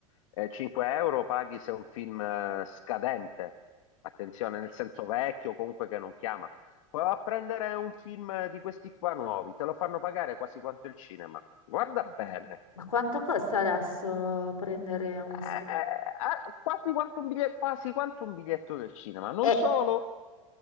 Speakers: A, on the left; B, on the left.
A: eh, 5 euro paghi se è un film eh, scadente, attenzione, nel senso vecchio, comunque che non chiama. Puoi a prendere un film di questi qua nuovi, te lo fanno pagare quasi quanto il cinema. Guarda bene.
B: ma quanto costa adesso prendere uno
A: Eh,
B: stream?
A: ah, quasi quanto un biglietto, quasi quanto un biglietto del cinema. Non
B: Eh,
A: solo,